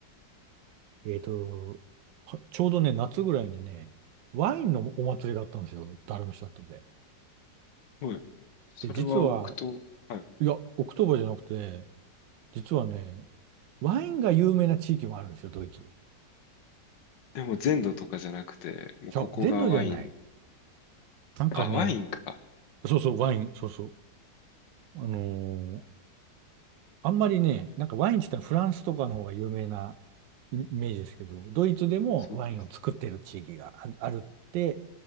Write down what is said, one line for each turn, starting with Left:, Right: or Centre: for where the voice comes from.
Right: えっと、はちょうどね、夏ぐらいにね、ワインのお祭りがあったんですよ、ダルムシャットで。
Left: はい。それは置くと、
Right: で、実は、
Left: はい。
Right: いや、オクトーバーじゃなくて、実はね、ワインが有名な地域もあるんですよ、ドイツ。
Left: でも全土とかじゃなくて、もうここがワイン。
Right: ちゃう全土じゃない。なんかね、
Left: あ、ワインか。
Right: そうそう、ワイン、そうそう。あのーあんまりね、なんかワインって言ったらフランスとかの方が有名なイイメージですけど、ドイツでもワインを作ってる地域がああるって、
Left: そうです。